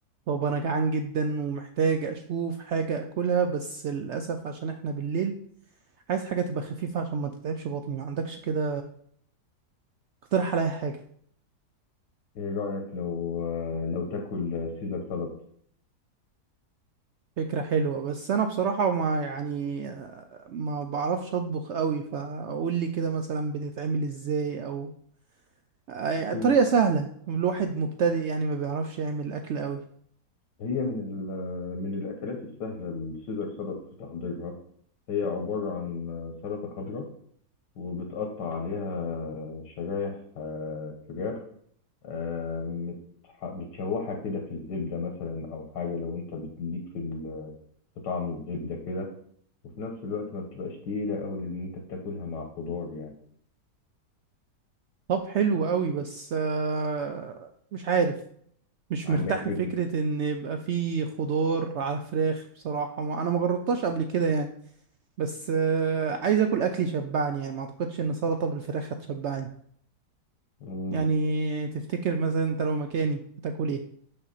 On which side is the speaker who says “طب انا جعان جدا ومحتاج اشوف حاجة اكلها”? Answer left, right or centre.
Right